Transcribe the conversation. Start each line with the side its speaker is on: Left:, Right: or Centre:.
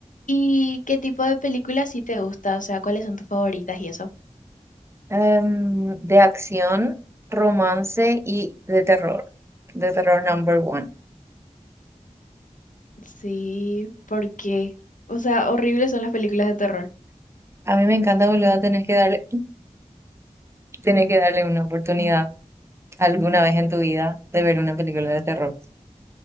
Left: ¿Y qué tipo de películas sí te gusta? O sea, ¿cuáles son tus favoritas y eso?
Right: Em, de acción, romance y de terror. De terror number one.
Left: Sí, ¿por qué? O sea, horribles son las películas de terror.
Right: A mí me encanta, boludo, tenés que darle, tenés que darle una oportunidad alguna vez en tu vida de ver una película de terror.